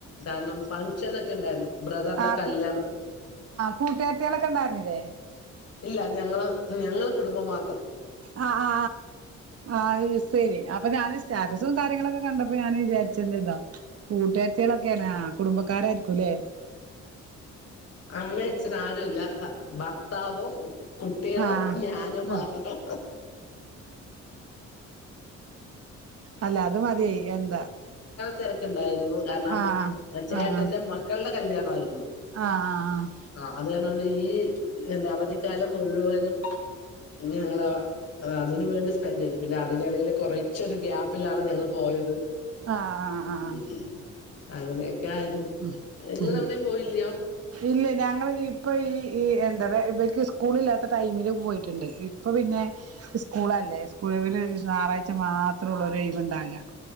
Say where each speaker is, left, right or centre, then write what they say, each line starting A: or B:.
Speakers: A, on the left; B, on the right.
A: കാരണം ഫങ്ങ്ഷനഒക്കെ ഉണ്ടായിരുന്നു ബ്രദറിന്റെ
B: ആ
A: കല്യാണം
B: കൂട്ടുകരത്തികളൊക്കെ ഉണ്ടായിരുന്നില്ലേ
A: ഇല്ല ഞങ്ങള് ഞങ്ങള് കുടുംബം മ
B: ആ ആ ആ ആ ശരി അപ്പൊ സ്റ്റാറ്റസും കാര്യങ്ങളൊക്കെ കണ്ടപ്പോ ഞാൻ വിചാരിച്ചത് ഇതോ കൂട്ടുകാത്തികളൊക്കെയണാ കുടുംബക്കാരായിരിക്കും അല്ലെ
A: അമ്മയും അച്ഛൻ ആരുല്ല ഭർത്താവും കുട്ടികളും
B: ആഹ്
A: ഞാനും മാത്രം
B: അല്ല അത് മതിയായി എന്താ
A: തിരക്ക് ഉണ്ടായിരുന്നു കാരണം
B: ആഹ്
A: ചേട്ടന്റെ
B: ആഹ്
A: മക്കളുടെ കല്യാണമായിരുന്നു
B: ആഹ് ആഹ്
A: ആ അത് കാരണമാണ് ഈ എന്ത് അവധിക്കാലം മുഴുവനും ഞങ്ങള അതിന് വേണ്ടി സ്പെൻഡ് ചെയ്തു പിന്നെ അതിനിടയിൽ കുറച്ചൊരു ഗ്യാപ്പിലാണ് ഞങ്ങൾ പോയത്
B: ആ ആ ആഹ്
A: ഉം ഉം അങ്ങനെയൊക്കെ ആയിരുന്നു
B: ഉം
A: നിങ്ങളെവിടെയും
B: ഉം
A: പോയില്ലയോ
B: ഇല്ല ഞങ്ങള് ഇപ്പൊ ഈ എന്താ ഇവർക്ക് സ്കൂളില്ലാത്ത ടൈമില് പോയിട്ടുണ്ട് ഇപ്പൊ പിന്നെ പിന്നെ സ്കൂളല്ലേ സ്കൂളില് ഞായറാഴ്ച മാത്രമുള്ള ഒഴിവുണ്ടാകുക